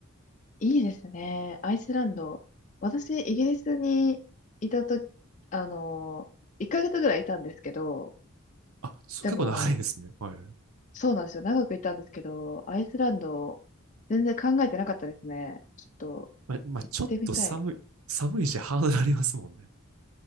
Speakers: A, on the left; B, on the right.
A: いいですね。アイスランド。私、イギリスにいたとき、あの、1ヶ月ぐらいいたんですけど、
B: あ、そう結構長いですね。
A: でも、
B: はい。
A: そうなんですよ。長くいたんですけど、アイスランド、全然考えてなかったですね。ちょっと、
B: ま、まあ、
A: 行ってみたい。
B: ちょっと寒い、寒いしハードルありますもんね。